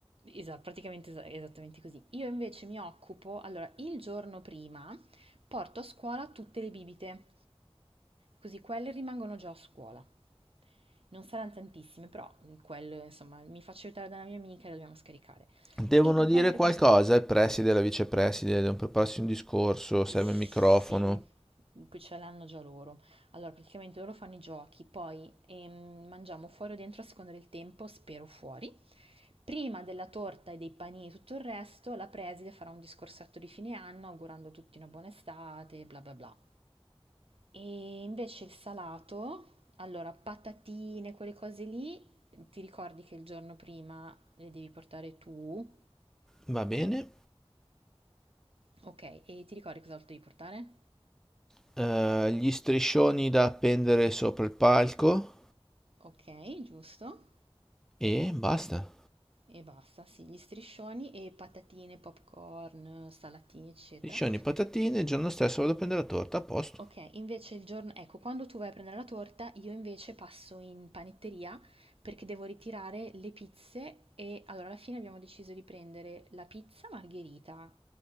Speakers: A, on the right; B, in the centre.
A: Esatto, praticamente es- esattamente così. Io invece mi occupo, allora, il giorno prima porto a scuola tutte le bibite, così quelle rimangono già a scuola. Non saranno tantissime, però mm, quelle, insomma, mi faccio aiutare da una mia amica e le dobbiamo scaricare.
B: Devono
A: E per
B: dire
A: quanto riguarda...
B: qualcosa il preside e la vicepreside, devono prepararsi un discorso, serve
A: Sì,
B: il microfono.
A: qui ce l'hanno già loro. Allora, praticamente loro fanno i giochi, poi ehm, mangiamo fuori o dentro a seconda del tempo, spero fuori. Prima della torta e dei panini e tutto il resto, la preside farà un discorsetto di fine anno augurando a tutti una buona estate, bla bla bla. E invece il salato, allora patatine, quelle cose lì, ti ricordi che il giorno prima le devi portare tu,
B: Va bene.
A: ok, e ti ricordi cos'altro devi portare?
B: Eh, gli striscioni da appendere sopra il palco.
A: Ok, giusto.
B: E basta.
A: E basta, sì, gli striscioni e patatine, popcorn, salatini, eccetera.
B: Liscioni e patatine, il giorno stesso vado a prendere la torta, a posto.
A: Ok, invece il giorno, ecco, quando tu vai a prendere la torta, io invece passo in panetteria perché devo ritirare le pizze e allora alla fine abbiamo deciso di prendere la pizza margherita,